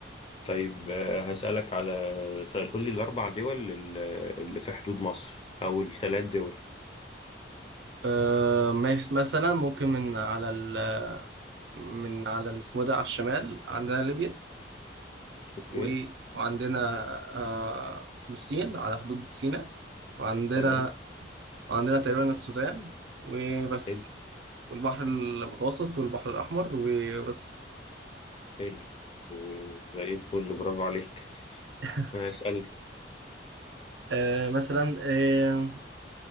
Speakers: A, on the left; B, on the right.
A: طيب آه، هسالك على سؤال قول لي الاربع دول ال- اللي في حدود مصر او الثلاث دول
B: آه ماشي مثلا ممكن من على ال من على ال- اسمه ده على الشمال عندنا ليبيا
A: اوكي
B: و- وعندنا آه فلسطين على حدود سيناء وعندنا
A: تمام
B: عندنا تقريبا السودان وبس
A: حلو
B: والبحر المتوسط والبحر الأحمر وبس
A: حلو مم، زي الفل برافو عليك
B: <laughs>
A: اسال
B: آه مثلا آه،